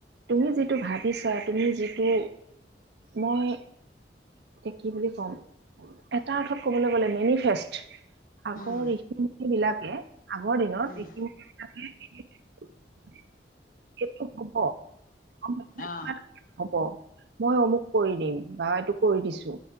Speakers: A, on the right; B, on the left.
A: তুমি যিটো ভাবিছা, তুমি যিটো মই এতিয়া কি বুলি ক'ম, এটা অৰ্থত ক'বলৈ গ'লে মেনিফেষ্ট, আগৰ
B: উম
A: ঋষিমুনিবিলাকে আগৰ দিনত
B: উম
A: ঋষিমুনিবিলাকে <unintelligible> এইটো হ'ব গম পাইছানে
B: অ
A: কিবা এটা হ'ব মই অমুক কৰি দিম বা এইটো কৰি দিছোঁ